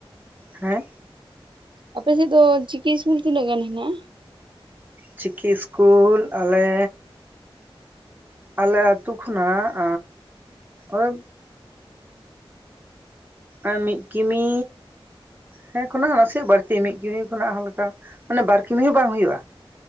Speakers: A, on the right; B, on the right.
A: ᱦᱮᱸ
B: ᱟᱯᱮᱥᱮᱫ ᱫᱚ ᱪᱤᱠᱤ ᱤᱥᱠᱩᱞ ᱛᱤᱱᱟᱹᱜ ᱜᱟᱱ ᱦᱮᱱᱟᱜᱼᱟ᱾
A: ᱪᱤᱠᱤ ᱤᱥᱠᱩᱞ ᱟᱞᱮ, ᱟᱞᱮ ᱟᱹᱛᱩ ᱠᱷᱚᱱᱟᱜ ᱳᱭ, ᱮᱸ ᱢᱤᱫ ᱠᱤᱢᱤ ᱦᱮᱸ ᱠᱷᱚᱱᱟᱜ ᱱᱟᱥᱮᱭᱟᱜ ᱵᱟᱹᱲᱛᱤ ᱢᱤᱫ ᱠᱤᱢᱤ ᱠᱷᱚᱱᱟᱜ ᱦᱚᱸ ᱢᱤᱫᱴᱟᱝ᱾ ᱢᱟᱱᱮ ᱵᱟᱨ ᱠᱤᱢᱤ ᱦᱚᱸ ᱵᱟᱝ ᱦᱩᱭᱩᱜᱼᱟ᱾